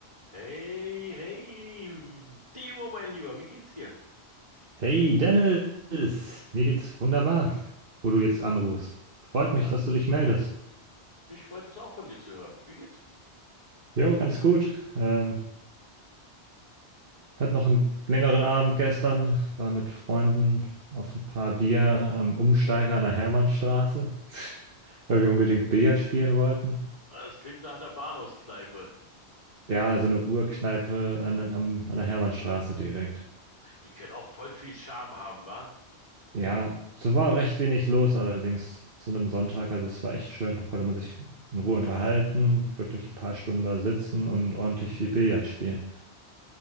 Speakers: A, on the right; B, on the right.
A: Hey, hey, Timo, mein Lieber, wie geht's dir?
B: Hey Dennis, mir geht's wunderbar, wo du jetzt anrufst. Freut
A: Ja,
B: mich, dass du dich meldest.
A: mich freut es auch von dir zu hören. Wie geht's?
B: Jo, ganz gut. Ähm, hat noch einen längeren Abend gestern, war mit Freunden auf ein paar Bier am Umsteiger an der Hermannstraße, <laughs> weil wir unbedingt Billard spielen wollten.
A: Ah, Es klingt nach einer Bahnhofskneipe.
B: Ja, so eine Urkneipe an, am- an der Hermannstraße direkt.
A: Die können auch voll viel Charme haben, wa?
B: Ja, es war recht wenig los allerdings zu einem Sonntag. Also es war echt schön. Da konnte man sich in Ruhe unterhalten, wirklich ein paar Stunden da sitzen und ordentlich viel Billard spielen.